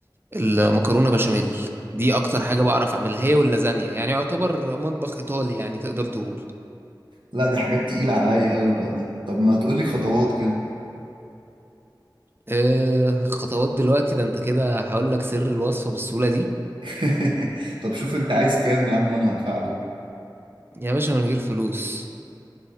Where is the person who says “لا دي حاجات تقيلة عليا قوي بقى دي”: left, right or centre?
Right